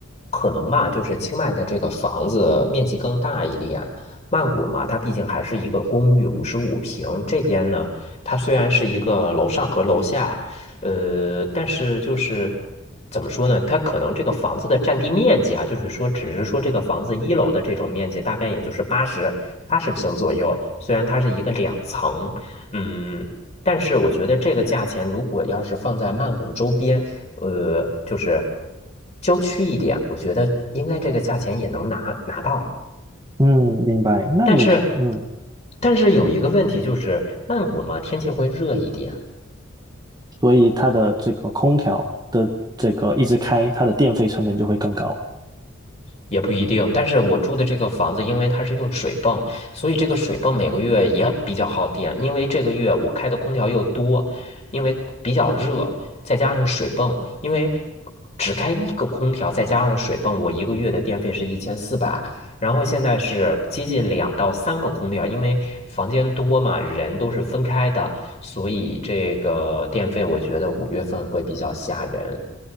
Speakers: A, on the left (about 35°); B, on the right (about 20°).
A: 可能嘛，就是清迈的这个房子面积更大一点。曼谷嘛，它毕竟还是一个公寓，五十五平。这边呢，它虽然是一个楼上和楼下。呃，但是就是怎么说呢？它可能这个房子的占地面积啊，就是说，只是说这个房子一楼的这种面积大概也就是八十八十平左右。虽然它是一个两层，嗯，但是我觉得这个价钱如果要是放在曼谷周边，呃，就是郊区一点，我觉得应该这个价钱也能拿拿到。
B: 嗯，明白。那你嗯，
A: 但是，但是有一个问题就是，曼谷嘛，天气会热一点。
B: 所以它的这个空调的这个一直开，它的电费成本就会更高。
A: 也不一定，但是我住的这个房子，因为它是用水泵，所以这个水泵每个月也比较耗电。因为这个月我开的空调又多，因为比较热，再加上水泵，因为只开一个空调，再加上水泵，我一个月的电费是一千四百。然后现在是接近两到三个空调，因为房间多嘛，人都是分开的，所以这个电费我觉得五月份会比较吓人。